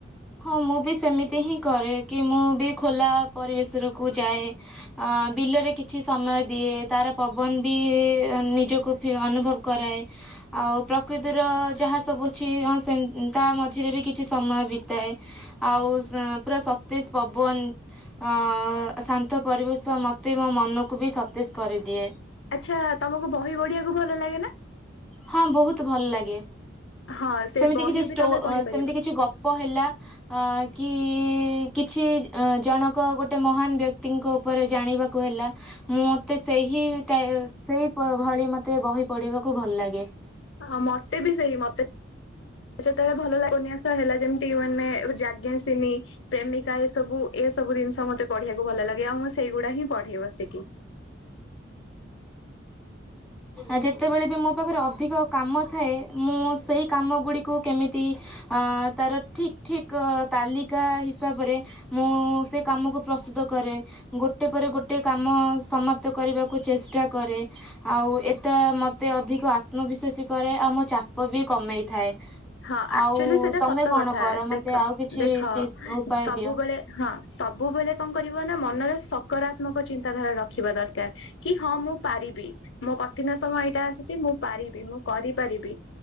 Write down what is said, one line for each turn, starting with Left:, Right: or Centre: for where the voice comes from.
Centre: ହଁ ମୁଁ ବି ସେମିତି ହିଁ କରେ କି ମୁଁ ବି ଖୋଲା ପରିବେଶରକୁ ଯାଏ ବିଲରେ କି କିଛି ସମୟ ଦିଏ ତାର ପବନ ବି ନିଜକୁ ଅନୁଭବ କରାଏ ଆଉ ପ୍ରକୃତିର ଯାହା ସବୁ ଅଛି ହଁ ସେ ତା ମଝିରେ ବି କିଛି ସମୟ ବି ଥାଏ ଆଉ ପୁରା ସତେଜ ପବନ ଶାନ୍ତ ପରିବେଶ ମୋତେ ମୋ ମନକୁ ବି ସତେଜ କରିଦିଏ।
Left: ଆଚ୍ଛା ତମକୁ ବହି ବଢିବାକୁ ଭଲ ଲାଗେ ନା?
Centre: ହଁ ବହୁତ ଭଲ ଲାଗେ।
Left: ହଁ ସେ
Centre: ସେମିତି
Left: ବହି
Centre: କିଛି ଷ୍ଟ
Left: ବି ତମେ ପଢି ପାରିବ।
Centre: ସେମିତି କିଛି ଗପ ହେଲା ଅ କି କିଛି ଜଣକ ଗୋଟେ ମହାନ ବ୍ୟକ୍ତିଙ୍କ ଉପରେ ଜାଣିବାକୁ ହେଲା ମୁଁ ମୋତେ ସେହି ଟ ସେହି ଭଳି ମୋତେ ବହି ପଢ଼ିବାକୁ ଭଲ ଲାଗେ। <inaudible>
Left: ହଁ ମତେ ବି ସେଇ ମତେ ଯେତେବେଳେ ଭଲ ଲ ଉପନ୍ୟାସ ହେଲା ଯେମିତି ମାନେ ଯାଜ୍ଞସେନୀ ପ୍ରେମିକା ଏସବୁ ଏସବୁ ଜିନିଷ ମତେ ପଢିବାକୁ ଭଲ ଲାଗେ ଆଉ ମୁଁ ସେଇଗୁଡା ହିଁ ପଢେଇ ବସିକି।
Centre: ଆଉ ଯେତେବେଳେ ବି ମୋ ପାଖରେ ଅ ଅଧିକ କାମ ଥାଏ ମୁଁ ସେହି କାମ ଗୁଡ଼ିକୁ କେମିତି ତାର ଠିକ୍ ଠିକ ତାଲିକା ହିସାବରେ ମୁଁ ସେ କାମକୁ ପ୍ରସ୍ତୁତ କରେ ଗୋଟିଏ ପରେ ଗୋଟିଏ କାମ ସମାପ୍ତ କରିବାକୁ ଚେଷ୍ଟା କରେ ଆଉ ଏଟା ମୋତେ ଅଧିକ ଆତ୍ମବିଶ୍ୱାସୀ କରେ ଆଉ ମୋ ଚାପ ବି କମେଇଥାଏ।
Left: ହଁ ଆକ୍ଚୁଆଲି
Centre: ଆଉ
Left: ସେଇଟା
Centre: ତମେ
Left: ସତ
Centre: କ'ଣ
Left: କଥା
Centre: କର ମୋତେ
Left: ଦେଖ
Centre: ଆଉ କିଛି
Left: ଦେଖ
Centre: ଟିପ୍ ଉପାୟ
Left: ସବୁବେଳେ
Centre: ଦିଅ
Left: ହଁ ସବୁବେଳେ କଣ କରିବ ନା ମ ମନର ସକାରାତ୍ମକ ଚିନ୍ତାଧାରା ରଖିବା ଦରକାର କି ହଁ ମୁଁ ପାରିବି ମୋ କଠିନ ସମୟ ଏଇଟା ଆସିଛି ମୁଁ ପାରିବି ମୁଁ କରିପାରିବି